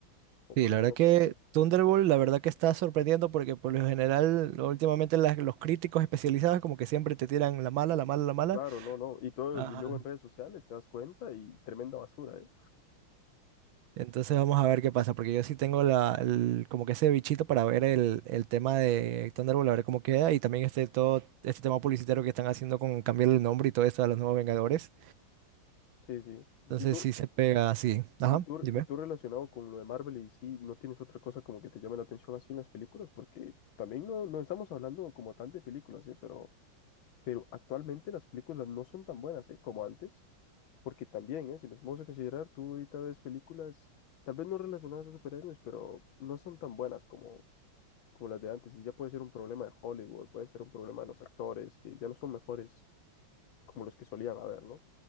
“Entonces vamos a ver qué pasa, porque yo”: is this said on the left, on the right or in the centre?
Right